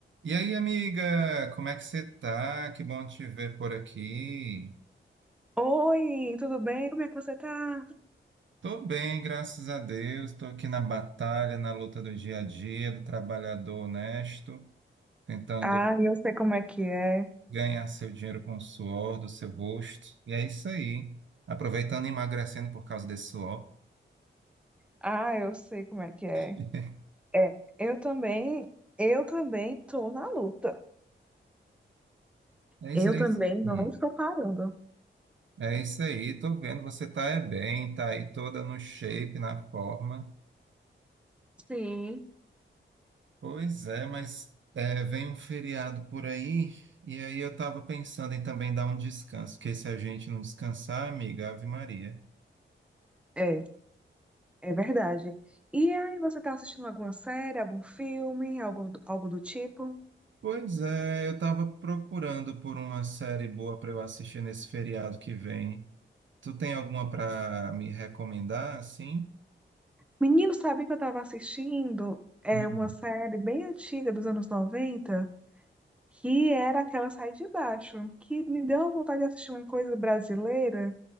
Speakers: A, on the right; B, in the centre.
A: E aí, amiga, como é que você tá? Que bom te ver por aqui.
B: Oi, tudo bem? Como é que você tá?
A: Tô bem, graças a Deus. Tô aqui na batalha, na luta do dia a dia, do trabalhador honesto, tentando
B: Ah, eu sei como é que é.
A: ganhar seu dinheiro com o suor do seu rosto. E é isso aí. Aproveitando e emagrecendo por causa desse suor.
B: Ah, eu sei como é que é.
A: <laughs>
B: É, eu também, eu também tô na luta.
A: É
B: Eu
A: isso aí.
B: também não
A: Hum.
B: estou parando.
A: É isso aí. Tô vendo, você tá é bem, tá aí toda no shape, na forma.
B: Sim.
A: Pois é, mas é, vem um feriado por aí, e aí eu tava pensando em também dar um descanso, porque se a gente não descansar, amiga, Ave Maria.
B: É, é verdade. E aí, você tá assistindo alguma série, algum filme, algo, algo do tipo?
A: Pois é, eu tava procurando por uma série boa para eu assistir nesse feriado que vem. Tu tem alguma para me recomendar, assim?
B: Menino, sabe que eu tava assistindo é
A: Uhum.
B: uma série bem antiga dos anos noventa que era aquela Sai de Baixo, que me deu vontade de assistir uma coisa brasileira